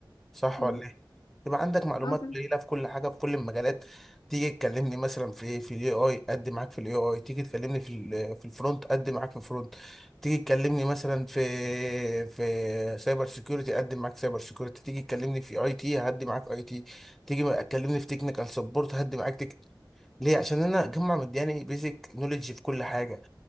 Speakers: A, in the centre; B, on the left (about 70°).
A: صح
B: مم.
A: ولا ايه يبقى عندك معلومات
B: اه تمام
A: قليله في كل حاجه في كل المجالات تيجي تكلمني مثلا في ايه، في الاي اي قد معاك في الاي اي تيجي تكلمني في ال- في الفرونت قد معاك في الفرونت تيجي تكلمني مثلا في في سايبر سيكيورتي قد معاك سايبر سيكيورتي تيجي تكلمني في اي تي هدي معاك اي تي تيجي تكلمني في تكنيكال سبورت هدي معاك تك... ليه عشان انا اجمع مدياني بيزك نوليدج في كل حاجه